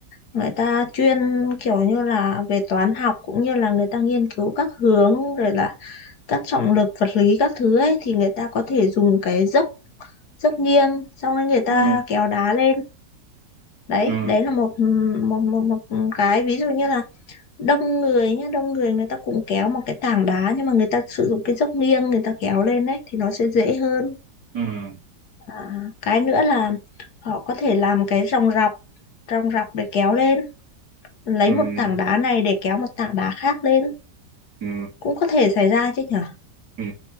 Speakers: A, on the left; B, on the right.
A: người ta chuyên kiểu như là về toán học cũng như là người ta nghiên cứu các hướng rồi là các trọng lực vật lý các thứ ấy thì người ta có thể dùng cái dốc dốc nghiêng xong rồi người ta
B: ừ,
A: kéo đá lên đấy
B: ừ,
A: đấy là một một một một cái ví dụ như là đông người nhá đông người người ta cũng kéo một cái tảng đá nhưng mà người ta sử dụng cái dốc nghiêng người ta kéo lên đấy thì nó sẽ dễ hơn
B: ừ,
A: à, cái nữa là họ có thể làm cái ròng rọc ròng rọc để kéo lên lấy
B: ừ, ừ.
A: một tảng đá này để kéo một tảng đá khác lên
B: ừ.
A: cũng có thể xảy ra chứ nhở
B: Ừ,